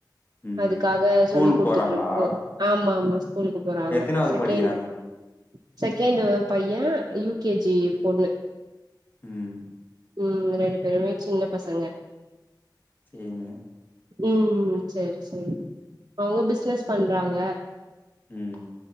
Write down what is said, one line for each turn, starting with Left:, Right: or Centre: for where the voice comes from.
Left: ம்.
Right: அதுக்காக
Left: ஸ்கூலுக்கு
Right: சொல்லி் கொடுத்துட்டு
Left: போறாங்களா?
Right: இருக்கு ஆமா ஆமா ஸ்கூலுக்கு போறாங்க
Left: எத்தனாவது
Right: செகெண்ட்
Left: படிக்கிறாங்க?
Right: செகேண்ட் பையன் யூ கேஜி பொண்ணு
Left: உம்
Right: உம் ரெண்டு பேருமே சின்ன பசங்க
Left: சேரிங்க
Right: உம் சரி சரி அவுங்க பிசினஸ் பண்றாங்க
Left: உம்